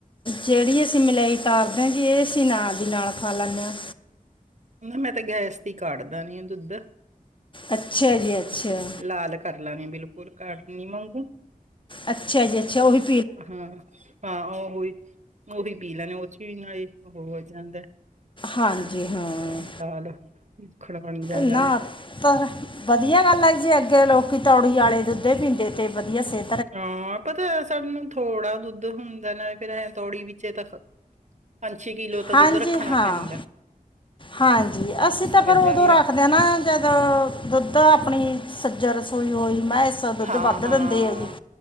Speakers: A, on the left; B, on the right.
A: ਜਿਹੜੀ ਅਸੀਂ, ਮਲਾਈ ਤਾਰਦੇ ਹਾਂ ਜੀ, ਇਹ ਅਸੀਂ ਨਾਲ ਦੀ ਨਾਲ, ਖਾ ਲੈਂਦੇ ਹਾਂ।
B: ਮੈਂ ਤੇ, ਗੈਸ ਤੇ ਹੀ ਕਾੜ ਦੇਨੀ ਆ, ਦੁੱਧ।
A: ਅੱਛਾ ਜੀ। ਅੱਛਾ
B: ਲਾਲ ਕਰ ਲੈੰਨੀ ਆਂ, ਬਿਲਕੁਲ ਕਾੜਨੀ ਵਾਂਗੂੰ।
A: ਅੱਛਾ ਜੀ, ਅੱਛਾ, ਉਹ ਹੀ
B: ਹਾਂ, ਹਾਂ ਉਹੀ- ਉਹੀ ਪੀ ਲੈੰਨੇ, ਉਸੇ ਨਾਲ ਹੀ ਉਹ ਹੋ ਜਾਂਦਾ।
A: ਹਾਂਜੀ ਹਾਂ
B: ਗਾ, ਲਾਲ ਬਣ ਜਾਂਦਾ
A: ਨਾ, ਤਾਂ ਵਧੀਆ ਗੱਲ ਹੈ ਜੀ, ਅੱਗੇ ਲੋਕ ਤੌੜੀ, ਵਾਲੇ ਦੁੱਧ, ਪੀਂਦੇ ਤੇ ਵਧੀਆ ਸਿ
B: ਹਾਂ, ਪਤਾ ਸਾਨੂੰ ਥੋੜਾ ਦੁੱਧ ਹੁੰਦਾ ਨਾ, ਫੇਰ ਐਂ ਤੌੜੀ ਵਿੱਚ ਤਾਂ ਪੰਜ, ਛੇ ਕਿਲੋ ਤਾਂ,
A: ਹਾਂਜੀ
B: ਦੁੱਧ ਰੱਖਣਾ
A: ਹਾਂ
B: ਪੈਂਦਾ।
A: ਹਾਂਜੀ,
B: ਹਾਂ
A: ਅਸੀਂ ਤਾਂ
B: ਮੱਝਾਂ
A: ਫਿਰ ਉਦੋਂ
B: ਨੀ ਰੱਖ
A: ਰੱਖਦੇ ਹਾਂ ਨਾ। ਜਦੋਂ ਦੁੱਧ, ਆਪਣੀ ਸੱਜ, ਰਸੋਈ ਹੋਈ ਮੈਂਸ ਦੁੱਧ,
B: ਹਾਂ,
A: ਵੱਧ
B: ਹਾਂ।
A: ਦਿੰਦੀ ਆ, ਜੀ।